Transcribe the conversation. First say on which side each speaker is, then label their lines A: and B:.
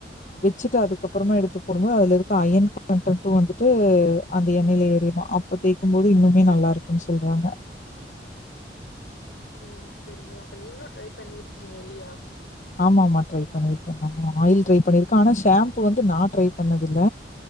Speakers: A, on the left; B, on the left.
A: வெச்சிட்டு அதுக்கப்பறமா எடுத்து போடும்போது அதுல இருக்க அயன் கண்ட்டண்ட்டு வந்துட்டு அந்த எண்ணெயில ஏரியுமா அப் ப தேய்க்கும்போது இன்னுமே நல்லா இருக்குன் சொல்றாங்க
B: ம் செரிங்க அப்ப நீங்ளு ட்ரை பண்ணிருக்கிங்க இல்லையா
A: ஆமா ஆமா ட்ரை பண்ணிருக்கே நானு ஆயில் ட்ரை பண்ணிருக்கே ஆனா ஷேம்ப்பு வந்து நா ட்ரை பண்ணதில்ல